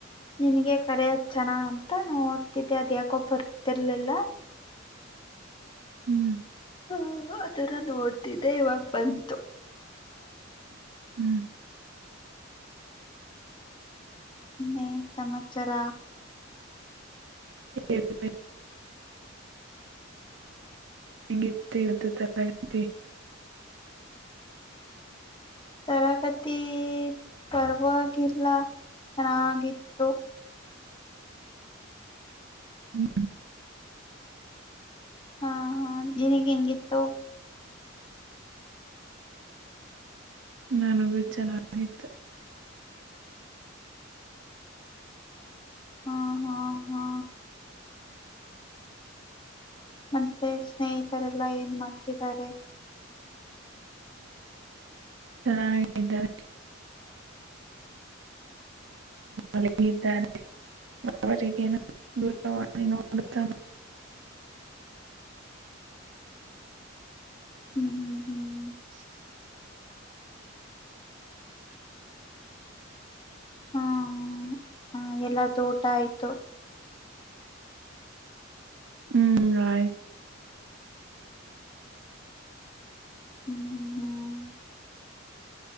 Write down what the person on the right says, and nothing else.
ಹ್ಮ್
ಹ್ಮ್
ಹೇಳ್ಬೇಕು, ಹೆಂಗಿತಿ ಹೊತ್ತು ತರ ಇತಿ
ಹ್ಮ್
ನನಗೂ ಚೆನ್ನಾಗಿತ್ತು
ಚೆನ್ನಾಗಿದ್ದಾರೆ ಅಯಿದ್ದಾರೆ ಅವಗ ದೂರವಾಣಿ ನೋಡುತ್ತಾ
<inaudible>
ಹ್ಮ್ ರೈಟ್